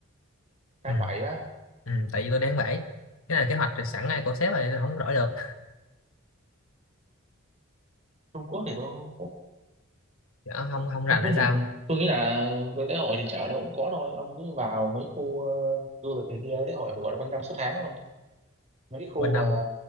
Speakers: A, on the right (about 30°); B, on the left (about 85°).
A: tháng
B: ừ.
A: 7 á
B: Ừ. tại vì tôi đi tháng 7 cái là kế hoạch rồi sẵn này của sếp rồi không đổi được
A: Trung Quốc thì tôi
B: Ờ, không không rành
A: Trung Quốc
B: hay sao
A: thì tôi nghĩ là lễ hội thì chắc ở đâu cũng có thôi ông cứ vào mấy khu ờ, du lịch này kia lễ hội phải gọi là quanh năm suốt tháng luôn mấy cái khu
B: quên năm
A: mà